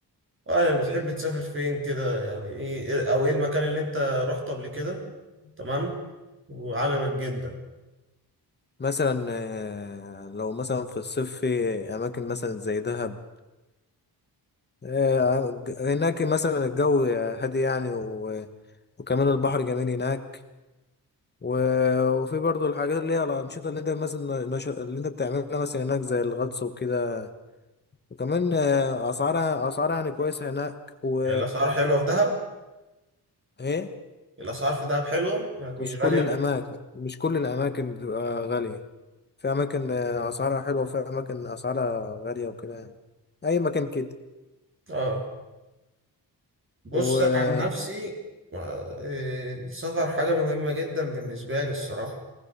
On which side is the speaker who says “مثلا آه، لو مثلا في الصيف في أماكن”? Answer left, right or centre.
Left